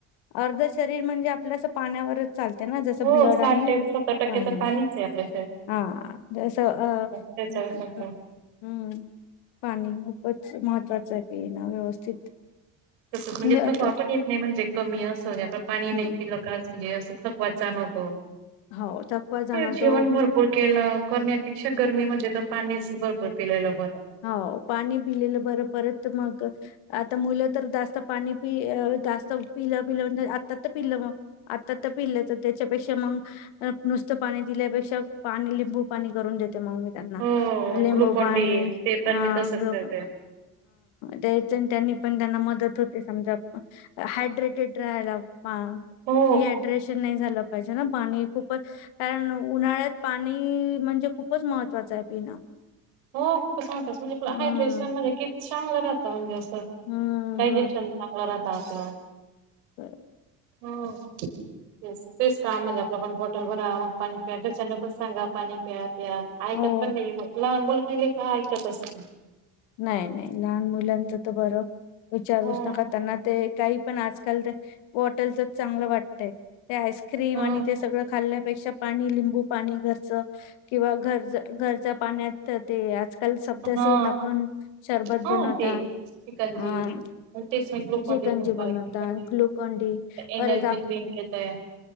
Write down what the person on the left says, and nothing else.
अर्ध शरीर म्हणजे, आपल्या असं पाण्यावरच चालते ना जसं
ब्लड
आणि
पाणी
हा जसं अ
हम्म
हम्म पाणी खूपच महत् <unintelligible> व्यवस्थित
न-
क-
हम्म
हो थकवा जाणवतो
हो पाणी पिलेलं बरं परत मग, आता मुलं तर जास्त पाणी जास्त पिलं पिलं म्हण आता तर पिलं मग, आता तर पिलं तर त्याच्यापेक्षा मग नुसतं पाणी पिल्यापेक्षा पाणी लिंबू पाणी करून देते मग मी त्यांना
लिंबू
पाणी
<unintelligible>
त्या त्यांनी पण त्यांना मदत होते समजा हायड्रेटेड राहायला. हा
डिहायड्रेशन नाही झालं पाहिजे ना पाणी खूपच कारण उन्हाळ्यात पाणी म्हणजे, खूपचं महत्त्वाचं आहे पिणं.
हम्म
हम्म
ह.
हो.
नाही नाही लहान मुलांच तर बरं विचारूच
नका त्यांना ते, काही पण आजकाल तर, बॉटलचंच चांगलं वाटतंय, ते आईस्क्रीम
आणि ते सगळं खाल्ल्यापेक्षा पाणी लिंबू पाणी घरचं किंवा घर घरच्या पाण्यात ते आजकाल सब्जासीड
टाक पण शरबत
बनवता
आं..
जे
कनजी
बनवता ग्लुकोन डी परत
आप...